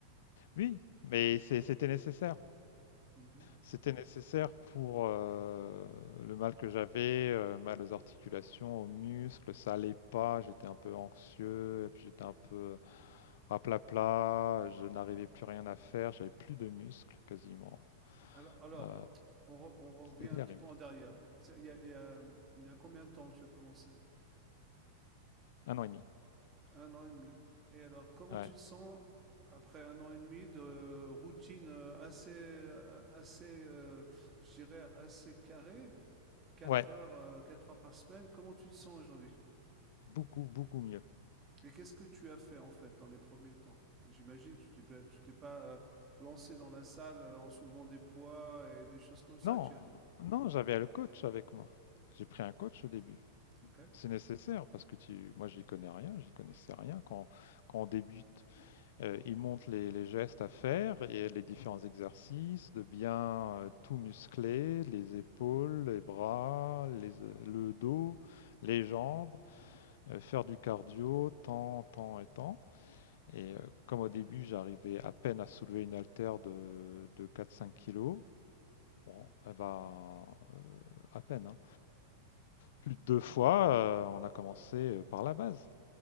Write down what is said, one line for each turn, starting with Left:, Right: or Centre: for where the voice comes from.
Left: Oui, mais c'est- c'était nécessaire.
Right: Mmh
Left: C'était nécessaire pour euh, le mal que j'avais, euh, mal aux articulations, aux muscles, ça allait pas, j'étais un peu anxieux, et puis j'étais un peu raplapla, je n'arrivais plus rien à faire, j'avais plus de muscles quasiment.
Right: Alors alors,
Left: Euh,
Right: on re on revient
Left: c'était
Right: un
Left: terrible.
Right: petit peu en derrière. C'est il y a il y a il y a combien de temps que tu as commencé?
Left: Un an et demi.
Right: Un an et demi. Et alors, comment
Left: Ouais.
Right: tu te sens après un an et demi de routine euh, assez, euh, assez, euh, je dirais, assez carrée, quatre
Left: Ouais.
Right: heures, euh, quatre heures par semaine, comment tu te sens aujourd'hui?
Left: Beaucoup, beaucoup mieux.
Right: Et qu'est-ce que tu as fait en fait dans les premiers temps? J'imagine que tu t'es pas, tu t'es pas euh, lancé dans la salle euh, en soulevant des poids et des choses comme ça.
Left: Non,
Right: Tu as...
Left: non, j'avais le coach avec moi. J'ai pris un coach au début.
Right: Ok.
Left: C'est nécessaire parce que tu... moi, j'y connais rien, j'y connaissais rien. Quand, quand on débute, euh, il montre les, les gestes à faire et les différents exercices, de bien euh, tout muscler, les épaules, les bras, les- le dos, les jambes, euh, faire du cardio, tant, tant et tant. Et euh, comme au début, j'arrivais à peine à soulever une haltère de, de 4-5 kilos, bon,
Right: Mm.
Left: eh ben, euh, à peine, hein. Plus de deux fois, euh, on a commencé euh, par la base.